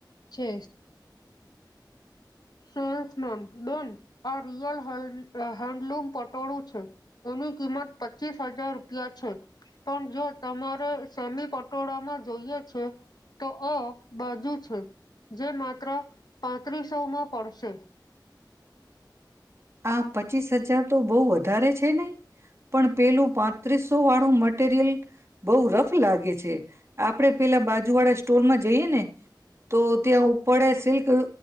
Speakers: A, on the left (about 60°); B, on the right (about 35°).
A: છે સેલ્સમેન બેન આ રિયલ હે હેન્ડલૂમ પટોળું છે એની કિંમત પચીસ હજાર રૂપિયા છે પણ જો તમારે સેમી પટોળામાં જોઈએ છે તો આ બાજુ છે જે માત્ર પાંત્રીસોમાં પડશે
B: આ પચીસ હજાર તો બહુ વધારે છેને પણ પેલું પાંત્રીસો વાળું મટીરિયલ બહુ રફ લાગે છે આપડે પેલા બાજુ વાળા સ્ટોલ માં જઈએ ને તો ત્યાં ઉપડે સિલ્ક